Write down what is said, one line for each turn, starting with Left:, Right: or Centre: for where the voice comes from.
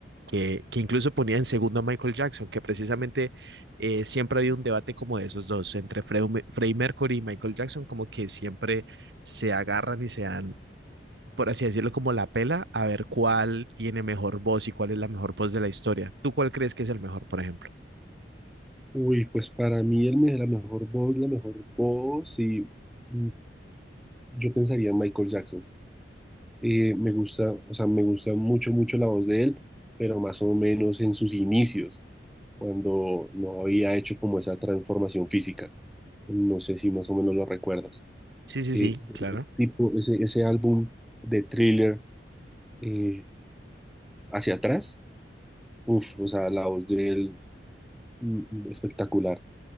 Right: que, que incluso ponía en segundo a Michael Jackson, que precisamente eh, siempre ha habido un debate como de esos dos, entre Freud- Freddie Mercury y Michael Jackson, como que siempre se agarran y se dan, por así decirlo, como la pela a ver cuál tiene mejor voz y cuál es la mejor voz de la historia. ¿Tú cuál crees que es el mejor, por ejemplo?
Centre: uy, pues para mí él me la mejor voz, la mejor voz, y mm, yo pensaría en Michael Jackson. Eh, me gusta, o sea, me gusta mucho, mucho la voz de él, pero más o menos en sus inicios, cuando no había hecho como esa transformación física. No sé si más o menos lo recuerdas.
Right: Sí, sí,
Centre: Eh,
Right: sí, claro.
Centre: tipo, ese, ese álbum de Thriller eh, hacia atrás Uf, o sea, la voz de él mm, mm, espectacular